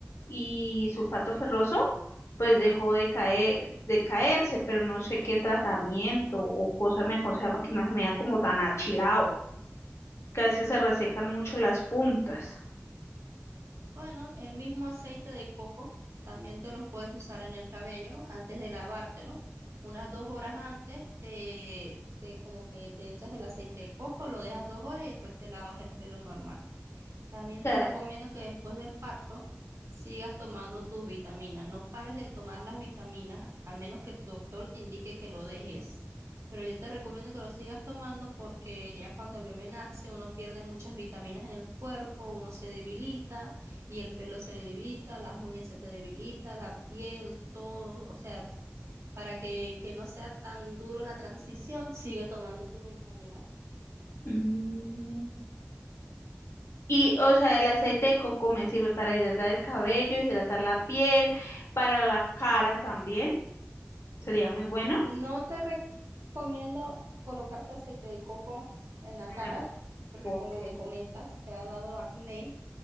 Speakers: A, on the left; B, on the right.
A: y sulfato ferroso, pues dejó de caer, de caerse, pero no sé qué tratamiento o cosa me aconseja para que no se me vea como tan achilado, que a veces se resecan mucho las puntas.
B: Bueno, el mismo aceite de coco también te lo puedes usar en el cabello antes de lavártelo. Unas dos horas antes te, te como que te echas el aceite de coco, lo dejas dos horas y después te lavas el pelo normal. También
A: Ca-
B: te recomiendo que después del parto sigas tomando tus vitaminas. No pares de tomar las vitaminas, al menos que tu doctor te indique que lo dejes. Pero yo te recomiendo que lo sigas tomando porque ya cuando el bebé nace uno pierde muchas vitaminas en el cuerpo, uno se debilita y el pelo se le debilita, las uñas se te debilita, la piel, todo. O sea, para que, que no sea tan duro la transición, sigue tomando tus vitaminas.
A: Mm. Y, o sea, el aceite de coco me sirve para hidratar el cabello, hidratar la piel, para la cara también. Sería muy bueno.
B: No te recomiendo colocarte aceite de coco en la
A: Mm,
B: cara, porque
A: ok.
B: como me comentas, te ha dado acné.